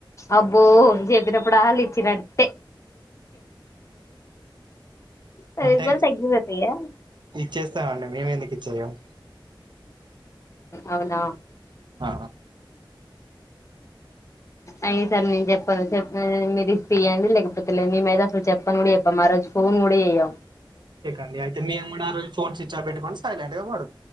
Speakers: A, on the left (about 35°); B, on the right (about 60°).
A: అబ్బో చెప్పినప్పుడు వాళ్ళు ఇచ్చినట్టే పది
B: అంటే
A: రూపాయలు తగ్గింది అత్తయ్య
B: ఇచ్చేస్తామండి మేము ఎందుకు ఇచ్చేయం
A: అవునా
B: ఆ
A: అయి సరే నేను చెప్పను చెప్ప మీరు ఇ తీయండి లేకపోతే లేదు మీద అసలు చెప్పను కూడా చెప్ప మారు ఫోన్ కూడా ఏయ్యం
B: అడి అయితే న మన్నారు ఫోన్స్ స్విచ్ ఆఫ్ పెట్టుకొని సైలెంట్ గా పడు